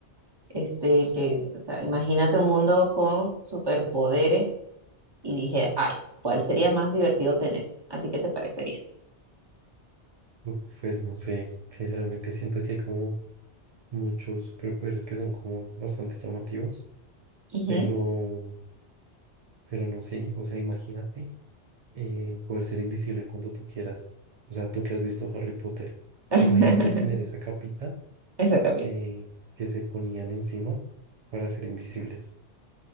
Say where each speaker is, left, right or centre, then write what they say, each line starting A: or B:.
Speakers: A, on the right; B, on the right.
A: Este, que, o sea, imagínate un mundo con superpoderes y dije, ay, ¿cuál sería más divertido tener? ¿A ti qué te parecería?
B: Uf, pues no sé, sinceramente siento que hay como muchos superpoderes que son como bastante llamativos,
A: Ujú.
B: pero, pero no sé, o sea, imagínate eh, poder ser invisible cuando tú quieras. O sea, tú que has visto Harry Potter,
A: <laughs>
B: imagínate tener esa capita
A: Exactamente.
B: que, que se ponían encima para ser invisibles.